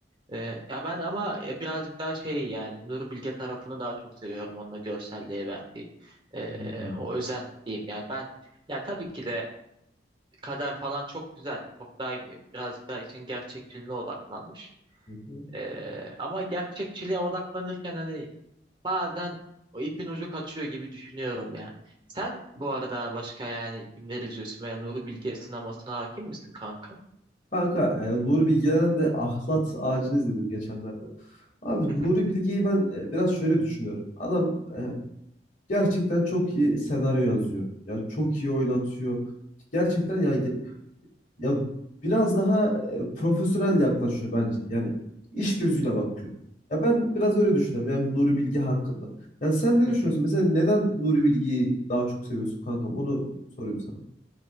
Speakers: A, on the right; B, on the left.
A: E, ya ben ama e, birazcık daha şey yani Nuri Bilge tarafını daha çok seviyorum onunla görselliğe verdiği e,
B: Hmm.
A: o özen diyeyim. Yani ben ya tabii ki de Kader falan çok güzel. Çok daha e, birazcık daha için gerçekçiliğine odaklanmış.
B: Hı hı.
A: E, ama gerçekçiliğe odaklanırken hani bazen o ipin ucu kaçıyor gibi düşünüyorum ya. Sen bu arada başka yani kimler izliyorsun veya Nuri Bilge sinemasına hakim misin kanka?
B: Kanka e, Nuri Bilge'den de Ahlat Ağacı'nı izledim geçenlerde. Abi
A: <laughs>
B: Nuri Bilge'yi ben e, biraz şöyle düşünüyorum. Adam e, gerçekten çok iyi senaryo yazıyor. Ya çok iyi oynatıyor. Gerçekten yani ge- ya biraz daha e, profesyonel yaklaşıyor bence. Yani iş gözüyle bakıyor. Ya ben biraz öyle düşünüyorum. Yani Nuri Bilge hakkında. Yani sen ne
A: Hı
B: düşünüyorsun?
A: hı.
B: Mesela neden Nuri Bilge'yi daha çok seviyorsun kankam? Onu sorayım sana.